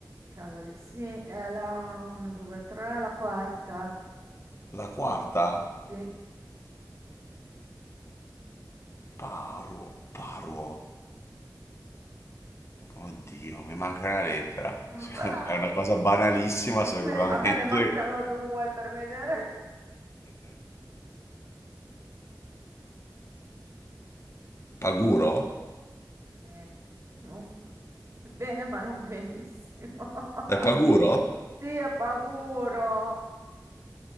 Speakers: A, on the right (about 45°); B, on the left (about 40°).
A: Cavoli, sì, è la 1, 2, 3, la quarta.
B: La quarta?
A: Sì.
B: Paruo, paruo. Oddio, mi manca una lettera.
A: Ah!
B: <laughs> È una cosa banalissima sicuramente.
A: Beh, A me ne mancano due per vedere.
B: Paguro?
A: Sì. Uff. Bene, ma non benissimo. <laughs>
B: È paguro?
A: Sì, è paguro.